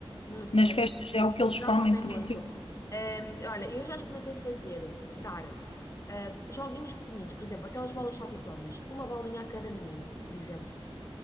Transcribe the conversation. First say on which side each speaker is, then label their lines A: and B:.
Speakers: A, on the left (about 30°); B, on the left (about 70°).
A: muito.
B: Nas festas é o que eles
A: Já
B: comem,
A: comem
B: por
A: muito.
B: isso. eu-
A: Ehm, olha, eu já experimentei fazer, dar eh, joguinhos pequeninos, por exemplo, aquelas bolas saltitonas, uma bolinha a cada menino, por exemplo.